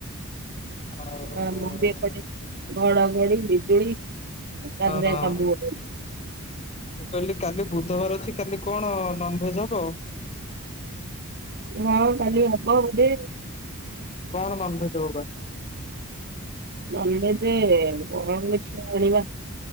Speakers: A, on the left; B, on the right.
A: ଆଉ
B: ଆମର ବି ଏପଟେ ଘଡ଼ଘଡ଼ି ବି ଜୁଳି ଏକାଥରେ
A: ହଁ
B: ସବୁ ଗୋଟେ
A: ମୁଁ କହିଲି କାଲି ବୁଧବାର ଅଛି କାଲି କଣ ନନ୍ ଭେଜ୍ ହବ?
B: ହଁ କାଲି ହବ ବୋଧେ ଆଉ।
A: କଣ ନନଭେଜ୍ ହବ ବା?
B: ନନଭେଜେ କଣ ଲେଖିବା ଆଣିବା